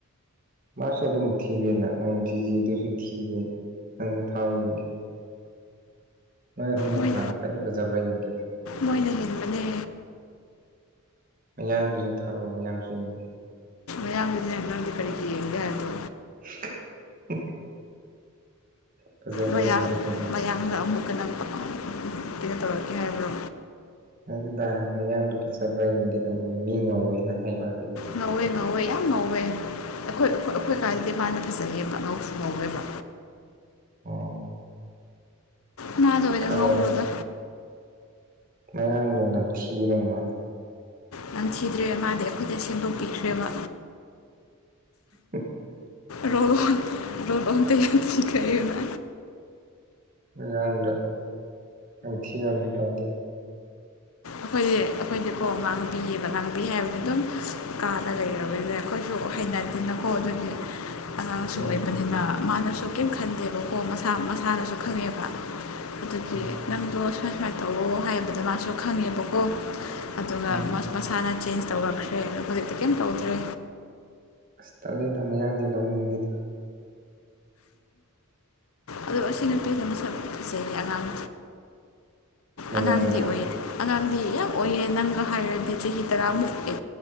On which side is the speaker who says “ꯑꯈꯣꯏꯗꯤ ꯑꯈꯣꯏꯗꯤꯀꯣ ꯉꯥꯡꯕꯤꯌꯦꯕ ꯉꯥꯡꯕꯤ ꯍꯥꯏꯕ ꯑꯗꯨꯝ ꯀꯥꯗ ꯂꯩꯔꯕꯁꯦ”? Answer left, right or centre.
Left